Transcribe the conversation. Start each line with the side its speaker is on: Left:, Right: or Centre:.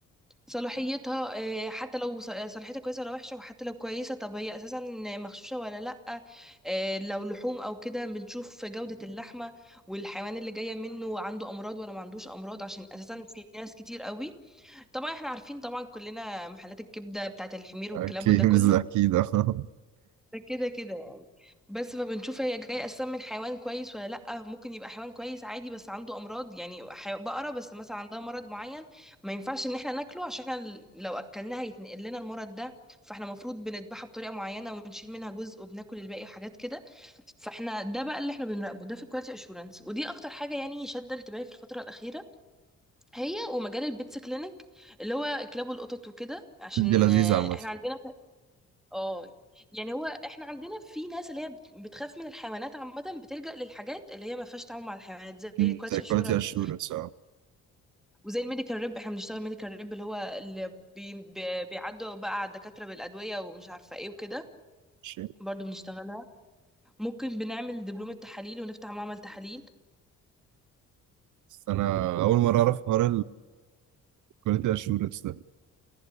Centre: صلاحيتها آه، حتى لو ص- آه، صلاحيتها كويسه ولا وحشه وحتى لو كويسه طب هي اساسا مغشوشه ولا لا آه، لو لحوم او كده بنشوف جوده اللحمه والحيوان اللي جايه منه عنده امراض ولا ما عندوش امراض عشان اساسا في ناس كتير قوي طبعا احنا عارفين طبعا كلنا محلات الكبده بتاعت الحمير والكلاب
Right: اوكي
Centre: وده كله
Right: مش اكيد <laughs> آه.
Centre: ده كده كده بس فبنشوف هي جاية أساسا من حيوان كويس ولا لأ ممكن يبقى حيوان كويس عادي بس عنده أمراض يعني حي... بقرة بس مثلا عندها مرض معين ما ينفعش إن احنا ناكله عشان احنا ال- لو أكلناها هيتنقل لنا المرض ده فاحنا المفروض بنذبحها بطريقة معينة ونشيل منها جزء وبناكل الباقي وحاجات كده فاحنا ده بقى اللي احنا بنراقبه ده في الكواليتي اشورنس ودي اكتر حاجه يعني شادة انتباهي في الفتره الاخيره هي ومجال البيتس كلينيك اللي هو كلاب والقطط وكده عشان
Right: دي لذيذه
Centre: آه،
Right: عامه
Centre: احنا عندنا اه يعني هو احنا عندنا في ناس اللي هي بت- بتخاف من الحيوانات عامة بتلجأ للحاجات اللي هي ما فيهاش تعامل مع الحيوانات زي
Right: مم،
Centre: الكواليتي
Right: زي كواليتي
Centre: اشورنس
Right: اشورنس اه
Centre: وزي الميديكال ريب احنا بنشتغل ميديكال ريب اللي هو اللي بي بي- بيعدوا بقى على الدكاترة بالأدوية ومش عارفة ايه وكده
Right: ماشي
Centre: برضو بنشتغلها ممكن بنعمل دبلومة تحاليل ونفتح معمل تحاليل
Right: بس انا اول مره اعرف حوار الكواليتي اشورنس ده